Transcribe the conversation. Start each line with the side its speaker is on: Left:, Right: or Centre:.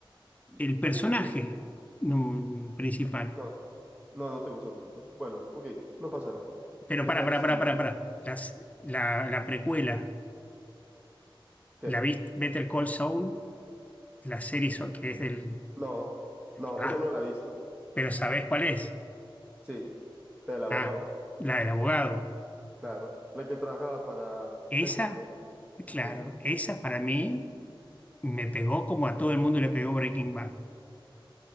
Right: ¿Y,
Left: el
Right: y qué
Left: personaje
Right: me dices?
Left: no, principal.
Right: No, no, no te gustó tanto. Bueno, ok, no pasa nada.
Left: Pero
Right: ¿Qué
Left: para,
Right: tal
Left: para,
Right: si...
Left: para, para, para. Las- la, la precuela,
Right: ¿Qué?
Left: la viste Better Call Saul, la serie so- que es del...
Right: No, no,
Left: Ah,
Right: esa no la he visto.
Left: pero ¿sabés cuál es?
Right: Sí, la del abogado,
Left: Ah, la del abogado.
Right: claro. La que trabajaba para
Left: Esa,
Right: Heisenberg era.
Left: claro,
Right: Sí,
Left: esa para mí me pegó como a todo el mundo le pegó Breaking Bad.